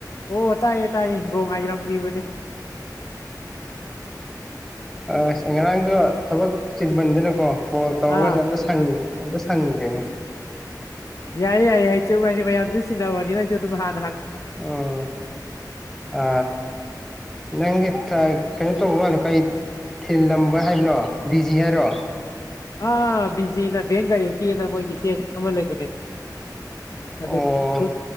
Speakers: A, on the left; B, in the centre.
A: ꯑꯣ ꯇꯥꯏꯌꯦ ꯇꯥꯏꯌꯦ ꯕꯔꯣ ꯉꯥꯏꯔꯝꯂꯤꯕꯅꯤ
B: ꯑꯁ ꯉꯔꯥꯡꯁꯨ ꯊꯕꯛ ꯆꯤꯟꯃꯟꯗꯅꯀꯣ ꯐꯣꯜ ꯇꯧꯕꯁꯦ
A: ꯑꯥ
B: ꯑꯝꯇ ꯁꯪ ꯑꯝꯇ ꯁꯪꯗ꯭ꯔꯦꯅꯦ
A: ꯌꯥꯏꯌꯦ ꯌꯥꯏꯌꯦ ꯍꯥꯏꯆ ꯍꯥꯏꯗꯤ ꯃꯌꯥꯝ ꯑꯗꯨ ꯆꯤꯟꯅꯕꯅꯤꯅ ꯑꯩꯁꯨ ꯑꯗꯨꯝ ꯉꯍꯥꯟ
B: ꯎꯝ ꯑ ꯅꯪꯁꯦ ꯀꯩꯅꯣ ꯇꯧꯕ ꯃꯥꯜꯂꯦ ꯀꯔꯤ ꯊꯤꯜꯂꯝꯕ ꯍꯥꯏꯕꯅꯣ ꯗꯤꯖꯤ ꯍꯥꯏꯔꯣ
A: ꯑꯥ ꯕꯤꯖꯤꯅ ꯕꯦꯡ ꯒꯥꯔꯦꯟꯇꯤꯅ ꯃꯣꯏꯒꯤꯁꯦ ꯑꯃ ꯂꯩꯕꯅꯦ ꯑꯗꯨ
B: ꯑꯣ
A: ꯑꯗꯨ